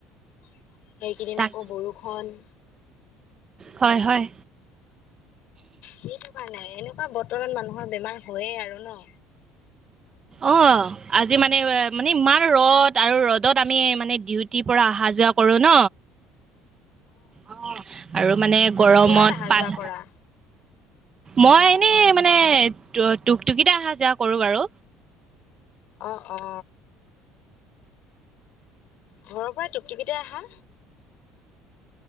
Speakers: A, on the left; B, on the right.
A: সেইকেইদিন
B: তাক
A: আকৌ বৰষুণ
B: হয় হয়
A: সেইটো কাৰণে এনেকুৱা বতৰত মানুহৰ বেমাৰ হয়য়ে আৰু ন
B: অ আ জি মানে মানে ইমান ৰ'দ আৰু ৰ'দত আমি মানে ডিউটিৰ পৰা অহা যোৱা কৰো ন অ আৰু মানে গৰমত
A: কিহত আহা
B: পাল
A: যোৱা কৰা?
B: মই
A: অ',
B: এনেই মানে টকটকিতে অহা যোৱা কৰো বাৰু
A: অ অ ঘৰৰ পৰাই টুকটুকিতে আহা